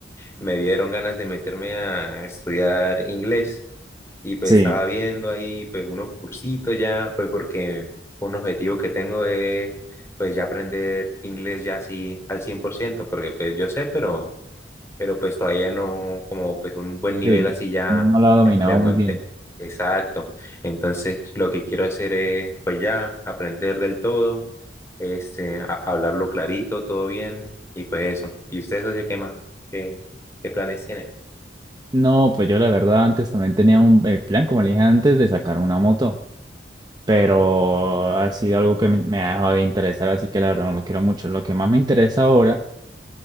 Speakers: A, on the left (about 15°); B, on the right (about 25°).
A: me dieron ganas de meterme a estudiar inglés. y pues
B: Sí,
A: estaba viendo ahí pues unos cursitos ya, pues porque un objetivo que tengo es pues ya aprender inglés ya así al cien por ciento porque pues yo sé, pero, pero pues todavía no como pues un buen nivel
B: sí.
A: así ya
B: No la ha dominado
A: de manté.
B: muy bien.
A: Exacto. Entonces lo que quiero hacer es pues ya aprender del todo, este, a- hablarlo clarito, todo bien y pues eso. ¿Y usted, socio, qué más? ¿Qué, qué planes tiene?
B: No, pues yo la verdad antes también tenía un eh, plan, como le dije antes, de sacar una moto. Pero ha sido algo que me me ha dejado de interesar, así que la verdad no lo quiero mucho. Lo que más me interesa ahora